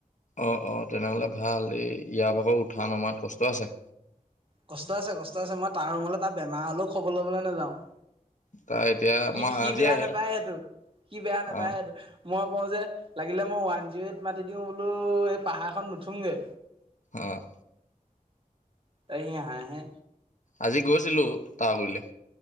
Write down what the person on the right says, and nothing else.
কষ্ট আছে, কষ্ট আছে। মই তাৰ ৰুমলে তাৰ বেমাৰ হ'লেও খবৰ ল'বলৈ নেযাওঁ।
সি
সি
বেয়া
নাপায় সেইটো, সি বেয়া নাপায়
সেইটো। মই কওঁ যে লাগিলে মই ওৱান জিৰ'এইট মাতি দিওঁ বোলো, এই পাহাৰখন নুঠোংগে।
এই সি হাহে।